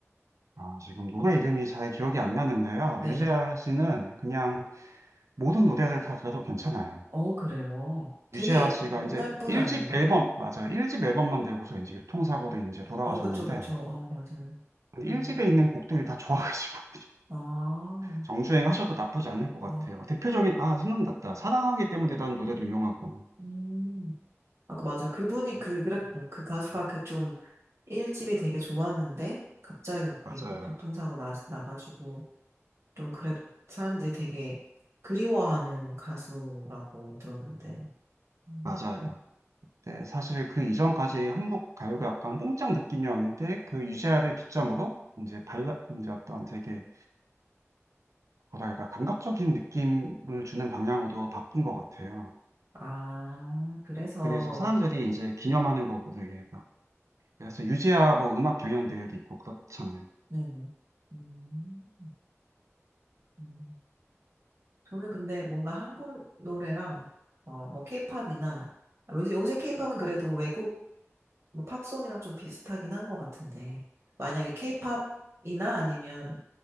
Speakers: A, on the right; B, on the right.
A: 아 지금 노래 이름이 잘 기억이 안 나는데요.
B: 네.
A: 유재하 씨는 그냥 모든 노래를 다 들어도 괜찮아요.
B: 어, 그래요. 되게
A: 유재하 씨가
B: 옛날
A: 이제
B: 분
A: 1집
B: 아니에요?
A: 앨범 맞아요. 일 집 앨범만 내고서 이제 교통사고로 이제 돌아가셨는데
B: 어, 그쵸, 그쵸. 어, 맞아요.
A: 근데
B: 음.
A: 1집에 있는 곡들이 다 좋아가지고 <laughs> 그냥
B: 아,
A: 정주행 하셔도 <laughs> 나쁘지 않을 것
B: 아,
A: 같아요. 대표적인 아 생각났다. 사랑하기 때문에 라는 노래도 유명하고
B: 음. 아까 맞아요. 그분이 그, 그래, 그 가수가 그 좀 일집이 되게 좋았는데, 갑자기 그렇게
A: 맞아요.
B: 그 교통사고 나, 나가지고, 좀 그래도 사람들이 되게 그리워하는 가수라고 들었는데. 음.
A: 맞아요. 네, 사실 그 이전까지 한국 가요가 약간 뽕짝 느낌이었는데 그 유재하를 기점으로 이제 발라 이제 어떤 되게 뭐랄까 감각적인 느낌을 주는 방향으로 바뀐 것 같아요.
B: 아, 그래서,
A: 그래서 사람들이 이제 기념하는 거고 되게 막 그래서 유재하 뭐 음악 경연대회도 있고 그렇잖아요.
B: 네. 음. 음, 저는 근데 뭔가 한국 노래랑 어, 뭐 케이팝이나 요새 요새 케이팝은 그래도 외국 뭐 팝송이랑 좀 비슷하긴 한 것 같은데 만약에 케이팝이나 아니면